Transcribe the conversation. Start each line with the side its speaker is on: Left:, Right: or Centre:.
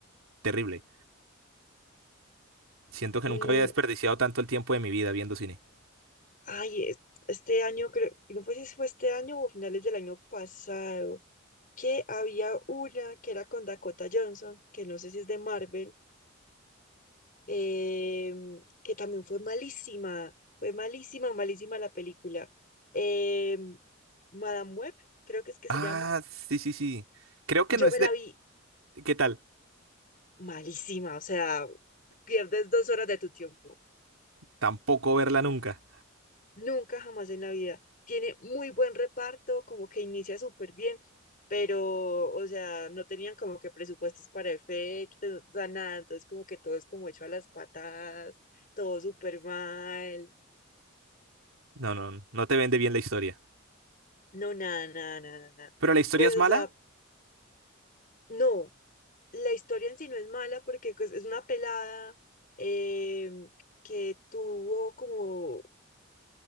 Right: terrible. Siento que
Left: Mm,
Right: nunca había desperdiciado tanto el tiempo de mi vida viendo cine.
Left: ay, es- este año creo, no fue si fue este año o finales del año pasado, que había una que era con Dakota Johnson, que no sé si es de Marvel, eh, que también fue malísima, fue malísima, malísima la película. Eh, Madame Web, creo que es que
Right: Ah,
Left: se llama.
Right: sí, sí, sí. Creo que
Left: Yo
Right: no es
Left: me
Right: de...
Left: la vi
Right: ¿Qué tal?
Left: malísima, o sea, pierdes dos horas de tu tiempo.
Right: Tampoco verla nunca.
Left: Nunca jamás en la vida. Tiene muy buen reparto, como que inicia súper bien, pero, o sea, no tenían como que presupuestos para efectos, o sea, nada, entonces como que todo es como hecho a las patadas, todo súper mal.
Right: No, no, no te vende bien la historia.
Left: No, nada, nada, nada, nada.
Right: Pero la historia
Left: Pues,
Right: es mala.
Left: o sea, no, la historia en sí no es mala porque pues, es una pelada eh, que tuvo como,